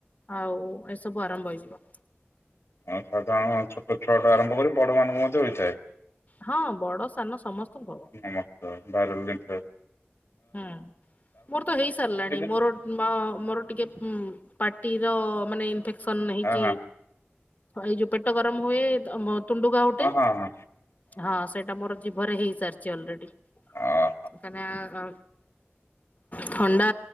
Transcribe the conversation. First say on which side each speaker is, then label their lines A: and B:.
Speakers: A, on the left (about 40°); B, on the left (about 80°).
A: ଆଉ ଏସବୁ ଆରମ୍ଭ ହେଇଯିବ।
B: ହଁ ସାଧାରଣ ଛୋଟ ଛୁଆ ଟା ଆରମ୍ଭ କରି ବଡ ମାନଙ୍କୁ ମଧ୍ୟ ହୋଇଥାଏ।
A: ହଁ ବଡ ସାନ ସମସ୍ତଙ୍କୁ ହବ
B: ସମସ୍ତ ଭାଇରାଲ ଜିନିଷ।
A: ହୁଁ ମୋର ତ ହେଇ ସାରିଲାଣି,
B: ଏବେ
A: ମୋର ମା ମୋର ଟିକେ ଉଁ ପାଟିର ମାନେ ଇନ୍ଫେ ସନ ନେଇକି
B: ହଁ
A: ଏଇ ଯୋଉ ପେଟ ଗରମ ହୁଏ। ଆ ମୋ ତୁଣ୍ଡୁଗା ଗୋଟେ
B: ହଁ ହଁ ହଁ ହଁ ହଁ
A: ହଁ ସେଇଟା ମୋର ଜିଭରେ ହେଇ ସାରିଚି ଅଲରେଡ଼ି।
B: ହଁ
A: ତାନ ଅ ଥଣ୍ଡା